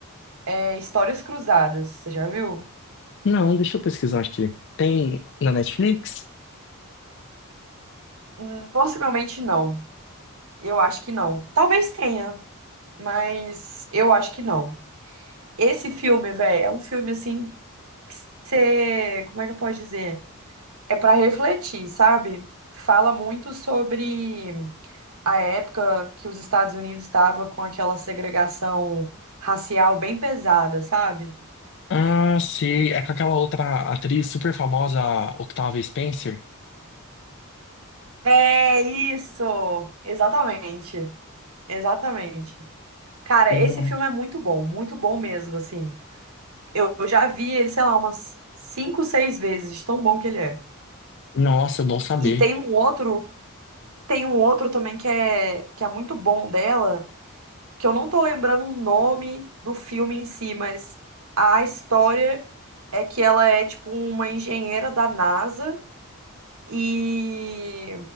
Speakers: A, on the right; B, on the left.
A: é, Histórias Cruzadas. Você já viu?
B: Não, deixa eu pesquisar aqui. Tem na Netflix?
A: Hum, Possivelmente não. Eu acho que não. Talvez tenha, mas eu acho que não. Esse filme, velho, é um filme assim. Você, como é que eu posso dizer? é para refletir, sabe? Fala muito sobre a época que os Estados Unidos estavam com aquela segregação racial bem pesada, sabe?
B: Ah, sim, é com aquela outra atriz super famosa, a Octavia Spencer?
A: É isso! Exatamente, exatamente. Cara,
B: Não.
A: esse filme é muito bom, muito bom mesmo, assim. Eu, eu já vi ele, sei lá, umas cinco, seis vezes, de tão bom que ele é.
B: Nossa, bom saber.
A: E tem um outro, tem um outro também que é, que é muito bom dela que eu não tô lembrando o nome do filme em si, mas a história é que ela é tipo uma engenheira da NASA e